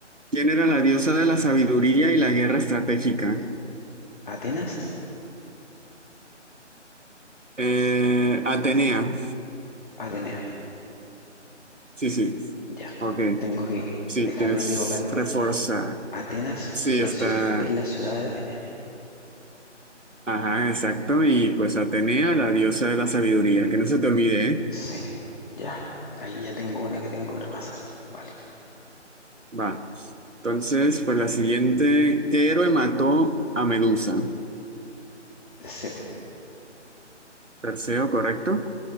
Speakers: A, on the right (about 85°); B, on the left (about 45°).
A: ¿Quién era la diosa de la sabiduría y la guerra estratégica?
B: Atenas,
A: Eh, Atenea.
B: Atenea.
A: Sí, sí.
B: Ya.
A: Ok.
B: Tengo que
A: Sí,
B: dejar
A: tienes
B: de equivocarme
A: reforzar.
B: porque Atenas
A: Sí,
B: es la
A: está.
B: ciudad, es la ciudad de Atenea.
A: Ajá, exacto. Y pues Atenea, la diosa de la sabiduría, que no se te olvide, ¿eh?
B: Sí, ya. Ahí ya tengo una que tengo que repasar. Vale.
A: <laughs> Va. Entonces, pues la siguiente, ¿qué héroe mató a Medusa?
B: Perseo.
A: Perseo, ¿correcto?